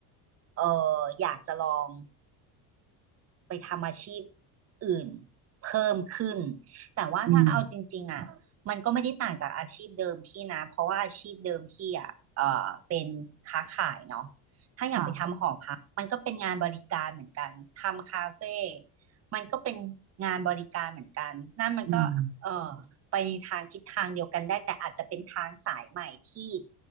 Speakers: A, on the right; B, on the right.
A: เอออยากจะลอง ไปทำอาชีพอื่นเพิ่มขึ้นแต่ว่าถ้าเอาจริงๆอ่ะมันก็ไม่ได้ต่างจากอาชีพเดิมพี่นะเพราะว่าอาชีพเดิมพี่อ่ะเออเป็นค้าขายเนาะ
B: อืม
A: ถ้าอย่างไปทำหอพักมันก็เป็นงานบริการเหมือนกันทำคาเฟ่
B: ค่ะ
A: มันก็เป็นงานบริการเหมือนกันนั่นมันก็เออไปในทางทิศทางเดียวกันได้แต่อาจจะเป็นทางสายใหม่ที่
B: อืม